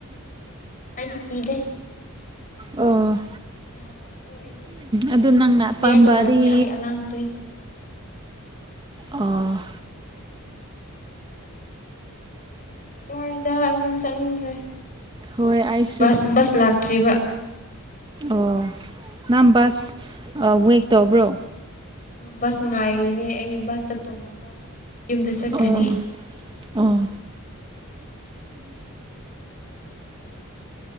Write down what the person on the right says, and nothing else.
ꯑꯣ
ꯑꯗꯨ ꯅꯪꯅ
ꯑꯄꯥꯝꯕꯗꯤ
ꯑꯣ
ꯍꯣꯏ
ꯑꯩꯁꯨ
ꯑꯣ ꯅꯪ ꯕꯁ ꯋꯦꯦꯛ ꯇꯧꯕ꯭ꯔꯣ
ꯑꯣ ꯑꯣ